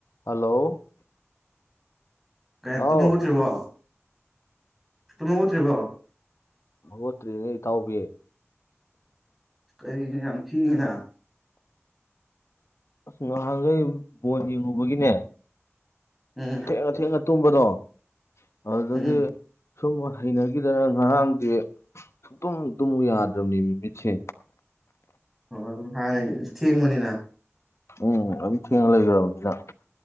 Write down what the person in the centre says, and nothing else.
ꯀꯦꯟ
ꯇꯨꯝ ꯍꯧꯒꯠꯇ꯭ꯔꯤꯕꯣ ꯇꯨꯝ ꯍꯧꯒꯠꯇ꯭ꯔꯤꯕꯣ
ꯀꯩꯔꯤꯒꯤ ꯌꯥꯝ ꯊꯦꯡꯉꯤꯅ
ꯎꯝ
ꯎꯝ
ꯑꯣ ꯑꯣ ꯑꯗꯨꯝ ꯍꯥꯏꯔꯒ ꯑꯁ ꯊꯦꯡꯕꯅꯤꯅ